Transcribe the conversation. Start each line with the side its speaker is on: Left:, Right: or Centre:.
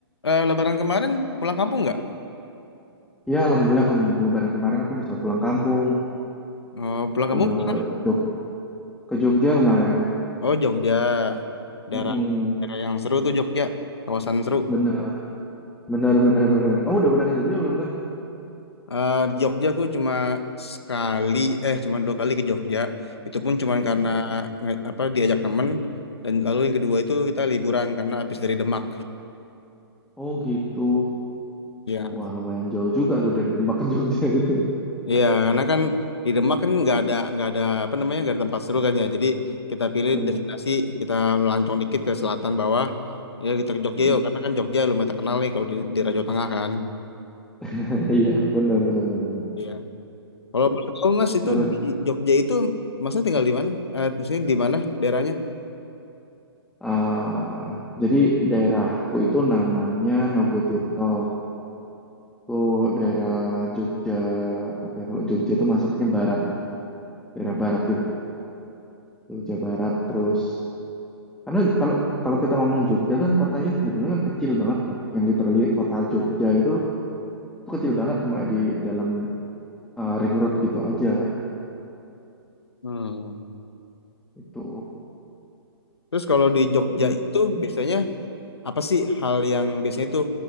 Left: eh, Lebaran kemarin pulang kampung nggak?
Centre: Ya, Alhamdulillah, kem- kemarin kemarin aku bisa pulang kampung
Left: Oh, pulang
Centre: ke
Left: kampung? kemana?
Centre: Jog ke Jogja kemarin.
Left: Oh Jogja, daerah
Centre: Mm-mm.
Left: daerah yang seru tuh Jogja, kawasan seru.
Centre: Bener, bener, bener, bener. Kamu udah pernah ke Jogja belum, kan?
Left: Eh, di Jogja aku cuma sekali, eh cuma dua kali ke Jogja. Itu pun cuma karena
Centre: Mm.
Left: nge- apa diajak temen. Dan lalu yang kedua itu kita liburan karena habis dari Demak.
Centre: Oh, gitu.
Left: Ya.
Centre: Wah, lumayan jauh juga tuh dari Demak ke Jogja itu.
Left: Iya, karena kan di Demak kan nggak ada nggak ada apa namanya nggak ada tempat seru kan ya. Jadi kita pilih
Centre: Mm.
Left: destinasi kita melancong dikit ke selatan bawah. Ya kita ke Jogja
Centre: Mm.
Left: yuk, karena kan Jogja lumayan terkenal nih kalau di, di Raja Tengah kan.
Centre: <laughs> Iya, bener, bener, bener, bener.
Left: Iya. Kalau boleh tahu Mas itu
Centre: Bener.
Left: di Jogja itu Masnya tinggal di mana? Eh, maksudnya di mana daerahnya?
Centre: Ah, jadi daerahku itu namanya Nogotirto. Itu daerah Jogja, apa ya, kalau Jogja itu masuknya barat, nah, daerah barat gitu. Jogja barat terus karena kalau kalau kita ngomong Jogja kan kotanya sebetulnya kan kecil banget kan. Yang literally kota Jogja itu, itu kecil banget cuma di dalam eh, ring road gitu aja
Left: Hmm.
Centre: itu.
Left: Terus kalau di Jogja
Centre: Jadi
Left: itu
Centre: mm,
Left: biasanya apa sih hal yang biasanya tuh